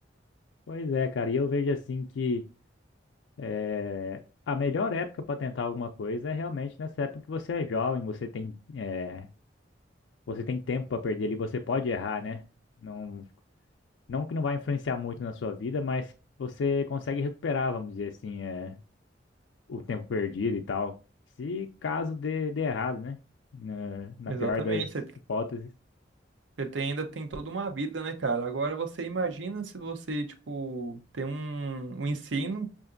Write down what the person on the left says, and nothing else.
Pois é, cara. E eu vejo assim que eh, a melhor época para tentar alguma coisa é realmente nessa época que você é jovem, você tem, eh, você tem tempo para perder ali, você pode errar, né? Não, não que não vai influenciar muito na sua vida, mas você consegue recuperar, vamos dizer assim. eh, o tempo perdido e tal. Se caso dê, dê errado, né? Na, na
pior das hipóteses,